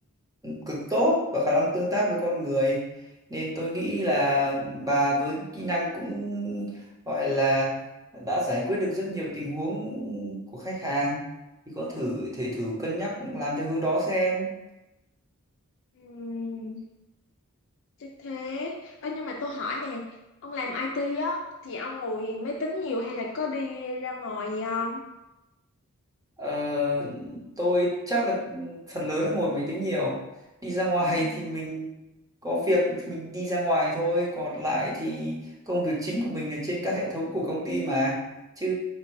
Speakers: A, on the right; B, on the left.
A: cực tốt và khả năng tương tác với con người. Nên tôi nghĩ là bà với kỹ năng cũng gọi là đã giải quyết được rất nhiều tình huống của khách hàng. Thì có thử thể thử cân nhắc làm theo hướng đó xem.
B: Ừm, chắc thế Ơ nhưng mà tôi hỏi nè ông làm IT á thì ông ngồi máy tính nhiều hay là có đi ra ngoài gì không
A: Ờ, tôi chắc là phần lớn là ngồi máy tính nhiều. Đi ra ngoài
B: Ừm,
A: thì mình có việc thì mình đi ra ngoài thôi, còn lại thì công việc chính của mình là trên các hệ thống của công ty mà. Chứ